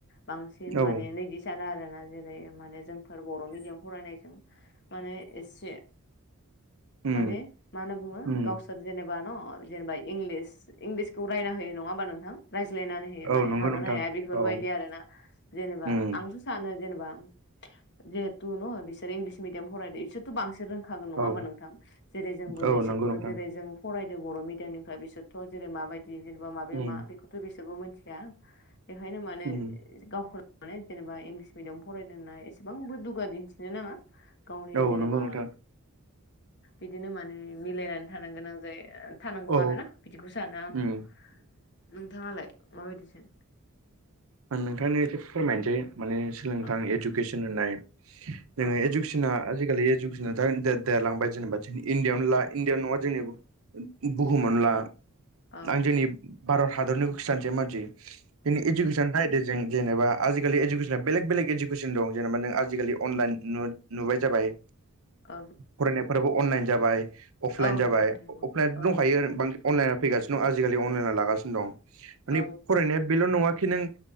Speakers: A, on the left; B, on the right.
A: बांसिन
B: औ
A: माने नैदि सानो आरोना जेरै माने जोंफोर बर' मिडियाम फरायनायजों माने एसे
B: उम
A: माने मा होनना बुङो
B: उम
A: गाव सोर जेनेबा न जेनेबा इंलिस इंलिसखौ रायना होयो नङा हबा नोंथां रायज्लायनानै होयो
B: औ
A: माने
B: नंगौ
A: हागोना
B: नोंथां
A: हाया बेफोरबायदि
B: औ
A: आरो ना जेनेबा
B: उम
A: आंथ' सानो जेनेबा जिहेथु न बिसोर इंलिस मिडियाम फरायदों इसोर थ' बांसिन रोंखागोन नङा
B: औ
A: होमा नोंथां जेरै जोंबो
B: औ
A: इसोरथ'
B: नंगौ नोंथां
A: जेरै जों फरायदों बर' मिडियामनिफ्राय बिसोरथ' जेरै माबायदि जेनेबा माबे
B: उम
A: मा बेखौथ' बिसोरबो मिथिया बेखायनो माने
B: उम
A: गावखौ ल' जेनेबा इंलिस मिडियाम फरायदों होनना एसेबांबो दुगा दिन्थिनो नाङा गावनि
B: औ
A: जेनेबा
B: नंगौ नोंथां
A: बिदिनो माने मिलायनानै थानो गोनां जायो। थानांगौ
B: औ
A: आरोना बिदिखौ सानो आङो
B: उम
A: नोंथाङालाय माबायदिसो
B: आं नोंथांनो एसे फोरमायनोसै माने सोलोंथां
A: औ
B: इडुकेसन होननाय जोङोे
A: औ
B: इदु केसना आजिखालि इडुकेसना देरलांबाय जेनेबा इणडियआव ला इण्डिआव नङा जेनेबा बुहुम
A: औ
B: मोनला
A: औ
B: आं जोंनि भारत हादरनि गोसो सानसे मानसि जोंनि इडु नायदो जों जेनेबा आिखालि इडुकेसना बेलेग बेलेग इडुकेसन दं जेनेबा नों आजिखालि अनलाइन नुबाय जाबाय
A: औ
B: फरायनायफोराबो अनलाइन जाबाय अफलाइन
A: औ
B: जाबाय
A: नंगौ नोंथां नंगौ
B: अफलाइनथ'
A: औ
B: दंखायो
A: औ
B: बां अनलाइना फैगासिनो दं आजिखालि अनलाइना लागासिनो दं मानि
A: औ
B: फरायनाया बेल' नङाखि नों